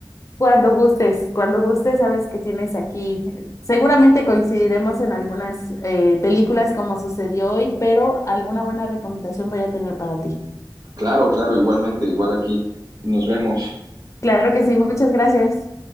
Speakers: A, on the left (about 40°); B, on the right (about 50°).
A: Cuando gustes, cuando gustes, sabes que tienes aquí. Seguramente coincidiremos en algunas eh, películas como sucedió hoy, pero alguna buena recomendación voy a tener para ti.
B: Claro, claro, igualmente, igual aquí. Nos vemos.
A: Claro que sí, muchas gracias.